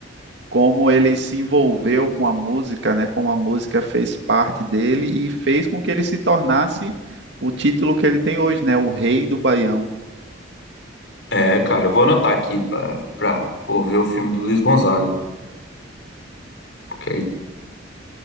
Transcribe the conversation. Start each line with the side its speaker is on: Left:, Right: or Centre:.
Right: como ele se envolveu com a música, né? Como a música fez parte dele e fez com que ele se tornasse o título que ele tem hoje, né? O Rei do Baião.
Left: É, cara, eu vou anotar aqui pra, pra pô, ver o filme do Luiz Gonzaga. Porque aí